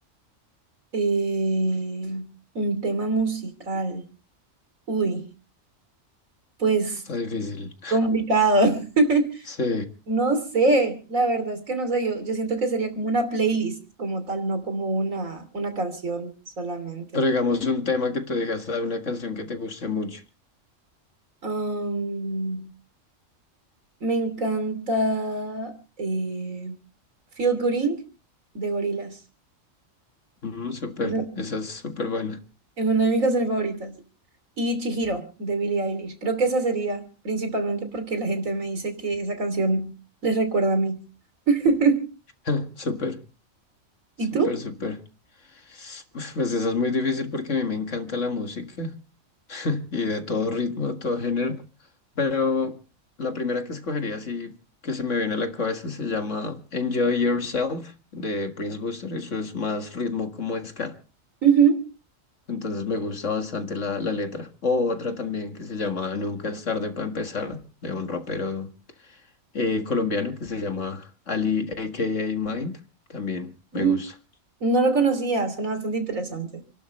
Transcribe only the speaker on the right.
Eh, un tema musical. Uy, pues
complicado. <laughs>
No sé, la verdad es que no sé, yo, yo siento que sería como una playlist como tal, no como una, una canción solamente.
Am, me encanta eh, Feel Good Inc. de Gorillaz.
Es, un-
es una de mis canciones favoritas. Y Chihiro de Billie Eilish. Creo que esa sería principalmente porque la gente me dice que esa canción les recuerda a mí. <laughs>
¿Y
tú?
Ujú.
Mm,
No lo conocía, suena bastante interesante.